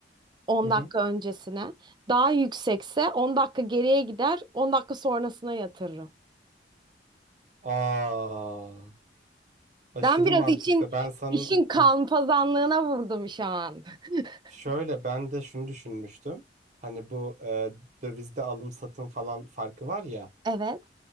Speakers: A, on the right; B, on the right.
A: 10
B: hı hı.
A: dakika
B: hı.
A: öncesine. Daha yüksekse 10 dakika geriye gider, 10 dakika sonrasına yatırırım.
B: Aa, aşırı
A: Ben biraz
B: mantıklı.
A: için
B: Ben sana
A: işin kalpazanlığına
B: Heh.
A: vurdum şu an. <laughs>
B: şöyle ben de şunu düşünmüştüm. Hani bu e, dövizde alım satım falan farkı var ya,
A: Evet.